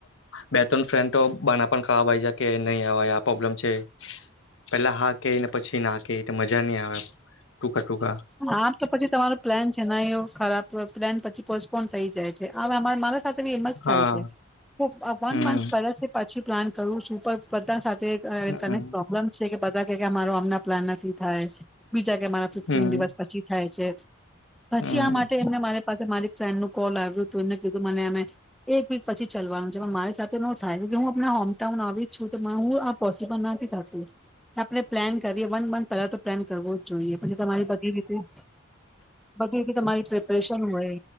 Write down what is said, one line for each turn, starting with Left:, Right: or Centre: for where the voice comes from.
Left: બે ત્રણ ફ્રેન્ડ તો બાના પણ ખાવા પજે કે નહી આવે આ પ્રોબ્લેમ છે, પેલા હા કેને પછી ના કે મજા નહી આવે ટુકા ટુકા
Centre: હા તો પછી તમારો પ્લાન છે ને એ ખરાબ પ્લાન પછી પો પોન જાય છે હવે અમારા માણસ એમજ
Left: હા
Centre: થાય છે વન
Left: હમ
Centre: મંથ પરછી પ્લાન કરવું સુપર બધા સાથે તે
Left: હમ
Centre: ક કને પ્રોબ્લેમ છે કે બતા કે કે મારો અમના પ્લાન નથી થાય. <unintelligible> મા ફિફ્ટીન
Left: હમ
Centre: દિવસ પછી થાય. છે પછી
Left: હમ
Centre: આ માટે એમને મારી પાસે મારી ફ્રેન્ડ નું કોલ આવ્યું તું એમને કી મને અમે એક વીક પછી ચલવાનું છે પણ મારી સાથે ન થાય કે હું આપણા હોમટાઉન આવી જ છું તો હું આ પોસિબલ ના થતું આપણે પ્લાન કરીએ વન મંથ પેલા તો પ્લાન કરવો જોઈએ. પછી તમારી બધી રીતે તમારી પ્રિપરેશન હોય.